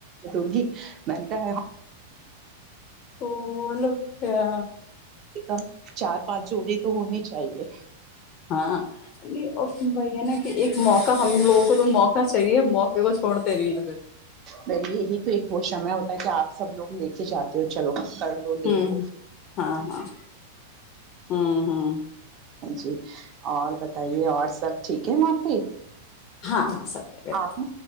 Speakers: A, on the right (about 40°); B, on the left (about 40°).
A: کولی نہیں کر
B: تو وہ لوگ کیا
A: رہا چار پانچ جولی تو ہونی چاہیے
B: بھائی ہے نا کہ ایک موقع ہم لوگوں کو تو موقع چاہیے موقع کو چھوڑتے نہیں ہیں پھر
A: ب یہی تو ایک وہ سمے ہوتا ہے کہ آپ سے <unintelligible> کرلو لیلو
B: ہوں ہاں ہاں ہوں ہوں
A: جی اور بتائیے اور سب ٹھیک ہے وہاں پہ
B: ہا سب ہیں بہتر
A: آپ